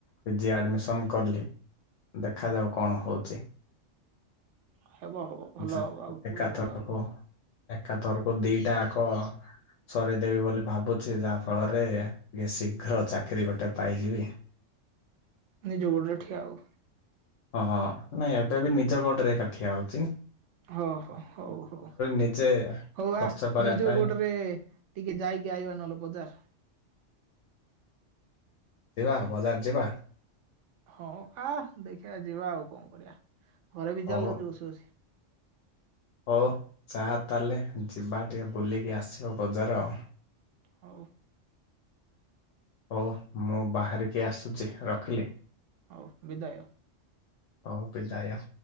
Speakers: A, on the left; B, on the right.
A: ପିଜି ଆଡ଼ିମିସନ କଲି, ଦେଖାଯାଉ କଣ ହଉଚି!
B: ହେବ ହବ ଭଲ
A: ଯେ-
B: ହବ ଆଗକୁ
A: ଏକାଥରକୁ
B: ବି ଭଲ ହବ!
A: ଏକାଥରକୁ ଦିଟାଆକ ସରେଇ ଦେବି ବୋଲି ଭାବୁଚି! ଯାହା ଫଳରେ ଏ ଶୀଘ୍ର ଚାକିରି ଗୋଟେ ପାଇଯିବି!
B: ନିଜ ଗୋଡରେ ଠିଆଉ!
A: ହଁଅ ନାଇଁ ଏବେବି ନିଜ ଗୋଡରେ ଏକାଠିଆ ହଉଚି!
B: ହ ହୋ ହଉ ହଉ
A: ନିଜେ
B: ହଉ
A: ଖର୍ଚ୍ଚ
B: ଆ
A: କରିବା
B: ନିଜ
A: ପାଇଁ
B: ଗୋଡରେ ଟିକେ ଯାଇକି ଆଇବା ନହଲେ ବଜାର!
A: ଯିବା ବଜାର ଯିବା!
B: ହଁ ଆ ଦେଖିବା ଯିବା ଆଉ କଣ କରିବା, ଘରେ ବି
A: ହଉ
B: ଜାଲ ଜୋସ ଅଛି!
A: ହଉ ଚା ତାହେଲେ ଯିବା ଟିକେ ବୁଲିକି ଆସିବ ବଜାର ଆଉ!
B: ହଉ!
A: ଓ ମୁଁ ବାହାରିକି ଆସୁଚି ରଖିଲି!
B: ହଉ ବିଦାୟ!
A: ହଉ ବିଧାୟ!